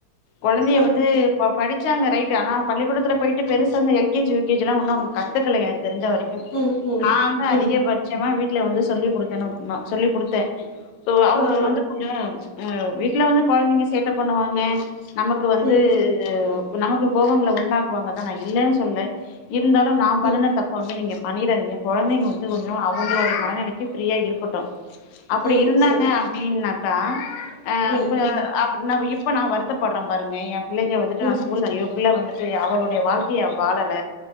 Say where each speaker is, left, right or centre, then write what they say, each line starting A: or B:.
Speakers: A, on the left; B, on the left.
A: கொழந்தைய
B: ஆ
A: வந்து அவ படுச்சாங்க ரைட்டு ஆனா பள்ளிக்கூடதுல போயிட்டு பெருசா அந்த L K G U K ஜில்லா ஒன்னு அவுங்க கத்துக்கல எனக்கு தெர்ஞ்ச வர்க்கும்
B: ம் ம்
A: நாந்து அதிகபட்சமா
B: ம்
A: வீட் க்ல வந்து சொல்லி குடுத்தனோ நா சொல்லி குடுத்தேன் சோ அவ்ங்க
B: ஆ ஆ
A: வந்து ம் வீட்ல வந்து கொழந்தைங்க சேட்ட பண்ணுவாங்கே நமக்கு வந்து
B: ம்
A: நமக்கு கோவங்ள உண்டாக்குவாங்கதா நா இல்லனு சொல்ல இருந்தாலு நா
B: ம்
A: பண்ணுன தப்ப வந்து நீங்க பண்ணிறாதீங்க கொழந்தைங்க வந்து கொஞ்சொம் அவுங்லோட மனநிலக்கி ஃப்ரீயா இருக்குட்டு அப்டி
B: ம்
A: இருந்தாங்க
B: சேரி
A: அப்டின்னாக் கா அ
B: ம் ம்
A: <unintelligible> ப்ப நா வருத்தப்பட்றன் பாருங்க எம் பிள்ளைக வந்துட்டு
B: ம்
A: நா ஸ்கூல்ல ஐயோ புல்ல வந்துட்டு அவளோடைய வாழ்க்கிய அவ வாலல